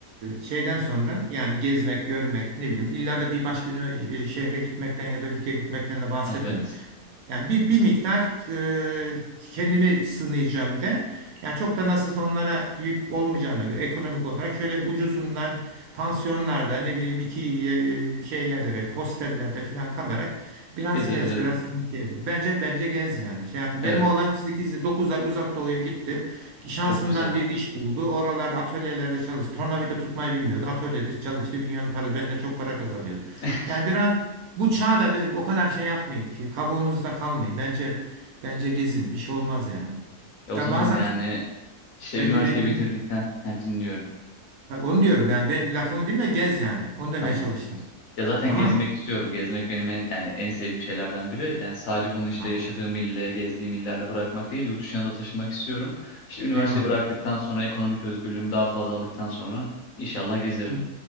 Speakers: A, on the right (about 70°); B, on the left (about 65°).
A: şeyden sonra yani gezmek, görmek ne bileyim illa da bir başka ünive- e, şehre gitmekten ya da ülkeye gitmekten de bahsetmiyorum.
B: Evet,
A: Yani bir, bir miktar e, kendimi sınayacağım de. Yani çok da nasıl onlara yük olmayacağına göre ekonomik olarak şöyle ucuzundan pansiyonlarda ne bileyim iki e, e, şeylerde belki hostellerde falan kalarak biraz
B: gezebilirim.
A: gez biraz kentiye. vur. Bence bence gez yani şey yapma.
B: Evet,
A: Benim oğlan 8 9 ay uzak doğuya gitti. Şansından
B: çok güzel.
A: bir iş buldu. Oralarda atölyelerde çalıştı. Tornavida tutmayı bilmiyordu. Atölyede çalıştı. Dünyanın para benden çok para kazanıyordu.
B: <laughs>
A: Yani biraz bu çağda bir- o kadar şey yapmayın ki kabuğunuzda kalmayın. Bence bence gezin bir şey olmaz yani.
B: E o
A: Ya
B: zaman
A: bazen
B: yani işte
A: bence
B: üniversiteyi
A: beni dinle.
B: bitirdikten ha, dinliyorum.
A: Ha, Onu diyorum yani ben lafımı dinle gez yani. Onu demeye
B: Tamam.
A: çalıştım.
B: Ya zaten
A: Tamam
B: gezmek
A: mı?
B: istiyorum. Gezmek benim en yani en sevdiğim şeylerden biri. Yani sadece bunu işte
A: Tamam.
B: yaşadığım ille, gezdiğim illerle bırakmak değil, yurt dışına da taşımak istiyorum. İşte üniversiteyi
A: Eyvallah.
B: bıraktıktan sonra ekonomik özgürlüğümü daha fazla aldıktan sonra inşallah gezerim.
A: Ü-